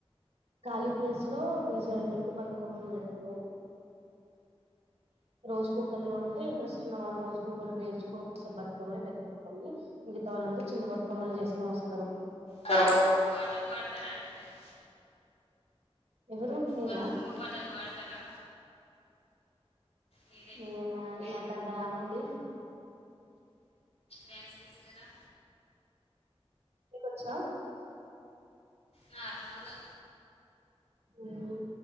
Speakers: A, on the right (about 80°); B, on the left (about 80°).
A: కాళీ ప్లేస్ లో డీజిల్ అవి పెట్టి బతుకమ్మను పెడతారు రోజు కోకళ్ళు అంటే ఇంట్రెస్ట్ ఉన్న వాళ్ళు రోజు కోకర్లు పేర్చుకొని వస్తారు బతుకమ్మని పెద్ద బతుకమ్మని మిగతా వాళ్ళందరూ చిన్న బతుకమ్మని చేసుకొని వస్తారు
B: సరూ పాటలు పాడతారాండి మీరు
A: ఎవరు నేనా
B: బతుకమ్మ పాటలు పాడతారా మీరే
A: నేనా నాకంత రావండి
B: డ్యాన్స్ చేస్తారా
A: నీకొచ్చ
B: నార్మల్గా
A: హుమ్